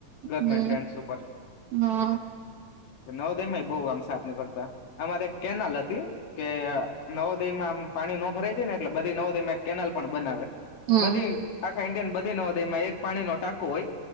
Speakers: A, on the left (about 80°); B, on the right (about 60°).
A: ગવર્મેન્ટ
B: હમ
A: લેન્ડસ ઉપર.
B: હા
A: ને નવોદય માં બોવ આમ સાપ નીકળતા. અમારે એક કેનાલ હતી, કે નવોદયમાં આમ પાણી નો ભરાય જાયને એટલે બધી નવોદયમાં એક કેનાલ પણ બનાવે.
B: હમ
A: બધી આખા ઇન્ડિયન બધે નવોદયમાં એક પાણી નો ટાંકો હોય.